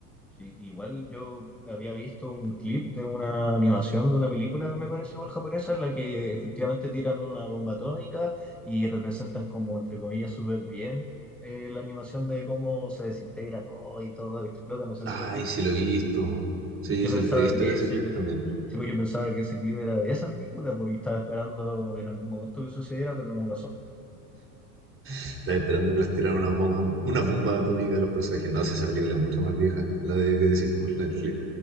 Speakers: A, in the centre; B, on the right.
A: Sí, igual yo había visto un clip de una animación de una película, me parece, igual japonesa, en la que efectivamente tiran una bomba atómica y representan como, entre comillas, súper bien eh, la animación de cómo se desintegra todo y todo explota, no sé
B: Ay,
A: si lo he visto.
B: sí lo he visto. Sí,
A: Yo
B: sí,
A: pensaba
B: he visto
A: que
B: ese
A: eso,
B: clip también.
A: sí, pues yo pensaba que ese clip era de esa película, porque estaba esperando en algún momento que sucediera, pero no pasó.
B: Estaba esperando que les tiraran una bomba, una bomba atómica a los personajes. No, si esa película es mucho más vieja, la de que decís tú, la del clip.